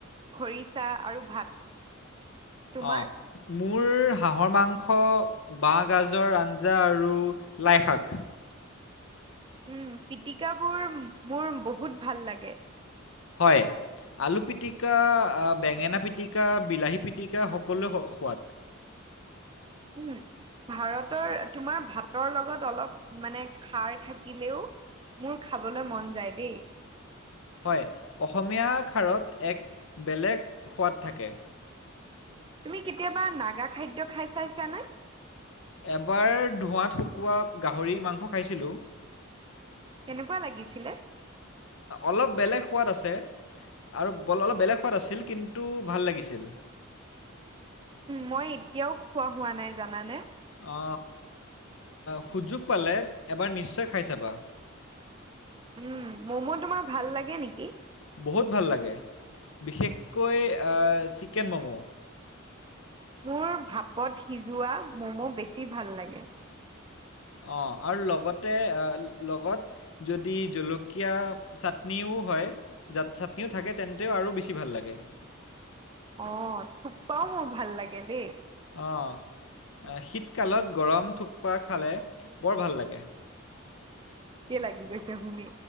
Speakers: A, on the right; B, on the left.
A: খৰিচা আৰু ভাত। তোমাৰ?
B: অ, মোৰ হাঁহৰ মাংস বাঁহগাজৰ আঞ্জা আৰু লাইশাক।
A: উম, পিটিকাবোৰ মোৰ বহুত ভাল লাগে।
B: হয়। আলু পিটিকা, বেঙেনা পিটিকা, বিলাহী পিটিকা সকলোৱে সোৱাদ।
A: উম। ভাৰতৰ তোমাৰ ভাতৰ লগত অলপ মানে খাৰ থাকিলেও মোৰ খাবলৈ মন যায় দেই।
B: হয় অসমীয়া খাৰত এক বেলেগ সোৱাদ থাকে।
A: তুমি কেতিয়াবা নাগা খাদ্য খাই চাইছানে?
B: এবাৰ ধোঁৱাত শুকোৱা গাহৰি মাংস খাইছিলো।
A: কেনেকুৱা লাগিছিলে।
B: অলপ বেলেগ সোৱাদ আছে। আৰু অলপ বেলেগ সোৱাদ আছিল কিন্তু ভাল লাগিছিল।
A: মই এতিয়াও খোৱা হোৱা নাই জানানে।
B: অ, সুযোগ পালে এবাৰ নিশ্চয় খাই চাবা।
A: উম, মম তোমাৰ ভাল লাগে নেকি?
B: বহুত ভাল লাগে বিশেষকৈ অ, চিকেন মম।
A: মোৰ ভাপত সিজোৱা মমো বেছি ভাল লাগে।
B: অ' আৰু লগতে লগত, যদি জলকীয়া চাটনিও হয়। ইজাত চাটনিও থাকে তেন্তেও আৰু বেছি ভাল লাগে।
A: অ, থোপাও মোৰ ভাল লাগে দেই।
B: অ' শীতকালত গৰম থোকপা খালে বৰ ভাল লাগে।
A: ভোকে লাগি গৈছে শুনি